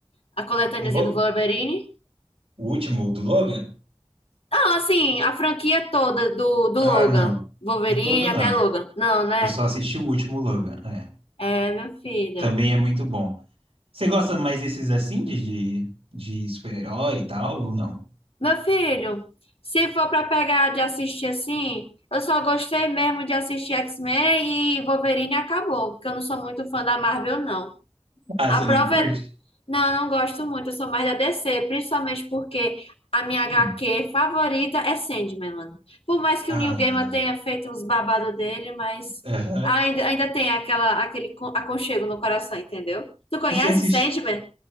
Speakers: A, on the left (about 75°); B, on the right (about 85°).
A: a coletâneazinha
B: o Logan,
A: do Wolverine.
B: o último do Logan?
A: Não, assim, a franquia toda do, do
B: Ah,
A: Logan.
B: não.
A: Wolverine
B: Do todo
A: até
B: não.
A: Logan. Não, né?
B: Eu só assisti o último Logan. É.
A: É, meu filho.
B: Também é muito bom. Você gosta mais desses assim, de, de, de super-herói e tal, ou não?
A: Meu filho, se for pra pegar de assistir assim, eu só gostei mesmo de assistir X-Men e Wolverine e acabou, porque eu não sou muito fã da Marvel, não.
B: Ah,
A: A
B: você
A: prova
B: não curte?
A: é. Não, eu não gosto muito, eu sou mais da DC, principalmente porque a minha HQ
B: Hum.
A: favorita é Sandman, mano. Por mais que
B: Ah,
A: o Neil Gaiman tenha feito uns babados dele, mas
B: aham.
A: ainda, ainda tem aquela, aquele con- aconchego no coração, entendeu? Tu conhece
B: E você assiste?
A: Sandman?